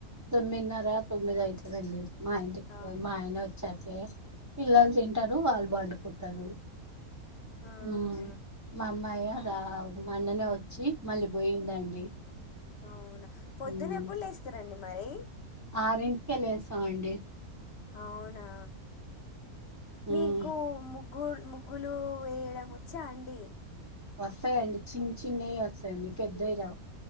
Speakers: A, on the right; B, on the left.
A: తొమ్మిదిన్నర తొమ్మిది అయితదండి మా ఇంటికి
B: ఆ
A: పొయి మా ఆయన వచ్చాక ఎం పిల్లలు తింటారు వాళ్ళు పండుకుంటారు
B: ఆహా!
A: ఉమ్ మా అమ్మాయా దా మొన్ననే వచ్చి మళ్ళీ పోయిందండి
B: అవునా పొద్దున
A: ఉమ్
B: ఎప్పుడు లేస్తారండి మరి
A: ఆరింటికే లేస్తామండి
B: అవునా,
A: ఉమ్
B: మీకు ముగ్ గ్గు ముగ్గులు వేయడం వచ్చా అండి
A: వస్తయండి చిన్న చిన్నయి వస్తయండి పెద్దవి రావ్